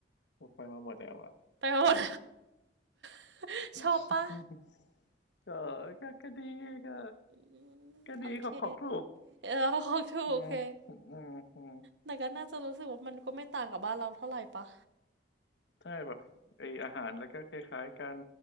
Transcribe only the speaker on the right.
ไปหมด <laughs>
ชอบปะ
อืมโอเค
เออ <laughs> ของถูกโอเค
แต่ก็น่าจะรู้สึกว่ามันก็ไม่ต่างกับบ้านเราเท่าไหร่ปะ